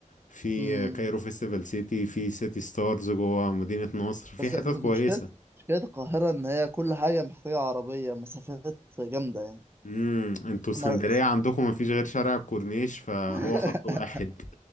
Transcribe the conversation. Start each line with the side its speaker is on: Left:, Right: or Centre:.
Left: في
Right: امم
Left: آه، كايرو فيستيفال سيتي في سيتي ستارز جوه مدينة نصر في
Right: بس
Left: حتت
Right: م-
Left: كويسة
Right: مشكلة مشكلة القاهرة إن هي كل حاجة محتاجة عربية مسافات جامدة يعني
Left: امم انتوا اسكندرية
Right: احنا اس-
Left: عندكم مفيش غير شارع الكورنيش فهو
Right: <laughs>
Left: خط واحد